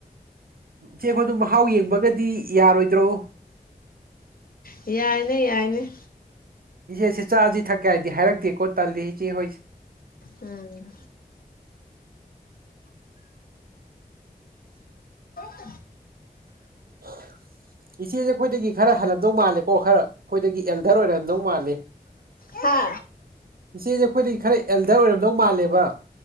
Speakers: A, on the right; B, on the left.
A: ꯆꯦ ꯑꯩꯈꯣꯏ ꯑꯗꯨ ꯃꯍꯥꯎ ꯌꯦꯡꯕꯒꯗꯤ ꯌꯥꯔꯣꯏꯗ꯭ꯔꯣ
B: ꯌꯥꯏꯅꯦ ꯌꯥꯏꯅꯦ
A: ꯏꯆꯦꯁꯤ ꯆꯥꯁꯤ ꯊꯛꯀꯦ ꯍꯥꯏꯗꯤ ꯍꯥꯏꯔꯛꯇꯦ ꯀꯣ ꯇꯥꯗꯤ ꯏꯆꯦ ꯍꯣꯏꯁꯦ
B: ꯎꯝ <inaudible>
A: ꯑ ꯏꯆꯦꯁꯦ ꯑꯩꯈꯣꯏꯗꯒꯤ ꯈꯔ ꯍꯜꯂꯂꯝꯗꯧ ꯃꯥꯜꯂꯦꯀꯣ ꯈꯔ ꯑꯩꯈꯣꯏꯗꯒꯤ ꯑꯦꯜꯊꯔ ꯑꯣꯏꯔꯝꯗꯧ ꯃꯥꯜꯂꯤ
B: ꯍꯥ
A: ꯏꯆꯦꯁꯦ ꯑꯩꯈꯣꯏꯗꯤ ꯈꯔ ꯑꯦꯜꯗꯔ ꯑꯣꯏꯔꯝꯗꯧ ꯃꯥꯜꯂꯦꯕ